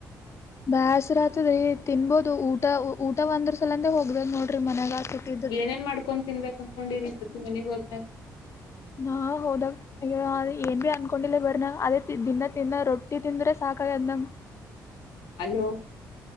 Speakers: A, on the left; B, on the left.
A: ಬ್ಯಾಸ್ರಾತದ್ರಿ ತಿನ್ಬೋದು ಊಟ ಊಟ ಒಂದ್ರ ಸಲಂದೆ ಹೋಗ್ದದ ನೋಡ್ರಿ ಮನ್ಯಾಗ. ಸುಟ್ಟಿದ್ದು.
B: ಏನೇನ್ ಮಾಡ್ಕೊಂಡ್ ತಿನ್ಬೇಕ್ ಕನ್ಕೊಂಡಿರ <unintelligible> ಮನೆಗೆ ಹೋದಾಗ್
A: ನಾ ಹೋದಾಗ್ ಅಯ್ಯೋ ಏನ್ ಅವಿ ಅನ್ಕೊಂಡಿಲ್ಲ ಬರನ ಅದೇ ದಿನ ತಿನ್ನ ರೊಟ್ಟಿ ತಿಂದ್ರೆ ಸಾಕಾಗ್ಯದ್ ನಮ್
B: ಅಲೋ